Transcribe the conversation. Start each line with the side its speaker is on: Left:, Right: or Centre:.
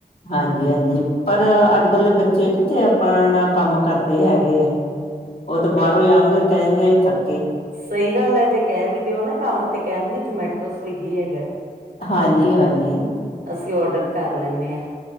Left: ਹਾਂਜੀ-ਹਾਂਜੀ, ਪਰ ਅੱਜ ਕੱਲ੍ਹ ਬੱਚੇ ਕਿੱਥੇ ਆਪਣਾ ਕੰਮ ਕਰਦੇ ਹੈਗੇ ਆ। ਉਹ ਤੇ ਬਾਹਰੋਂ ਲੇਆਣਗੇ, ਕਹਿਣਗੇ ਇਥੱਕ
Right: ਸਹੀ ਗੱਲ ਹੈ, ਜੇ ਕਹਿ ਵੀ ਦਿਓ ਨਾ ਕੰਮ ਤੇ ਕਹਿਣਗੇ ਜਮੈਟੋ, ਸਵਿਗੀ ਹੈਗਾ।
Left: ਹਾਂਜੀ-ਹਾਂਜੀ।
Right: ਅਸੀਂ ਔਡਰ ਕਰ ਲੈਂਨੇ ਹਾਂ।